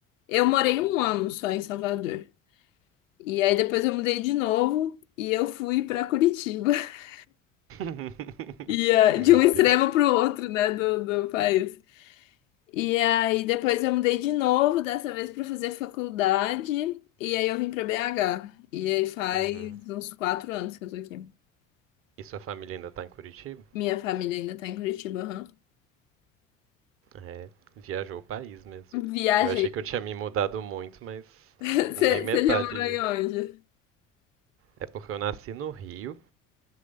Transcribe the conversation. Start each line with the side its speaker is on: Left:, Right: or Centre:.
Left: eu morei um ano só em Salvador. E aí depois eu mudei de novo e eu fui para Curitiba. <laughs>
Right: <laughs>
Left: E ah,
Right: Meu
Left: de um extremo
Right: Deus.
Left: para o outro, né, do, do país. E aí depois eu mudei de novo, dessa vez para fazer faculdade. E aí eu vim para BH. E aí faz
Right: Uhum.
Left: uns quatro anos que eu tô aqui.
Right: E sua família ainda tá em Curitiba?
Left: Minha família ainda tá em Curitiba, aham.
Right: É, viajou o país mesmo.
Left: Viajei,
Right: Eu achei que eu tinha me mudado muito, mas
Left: Você
Right: nem metade
Left: você já morou
Right: disso.
Left: em onde?
Right: É porque eu nasci no Rio,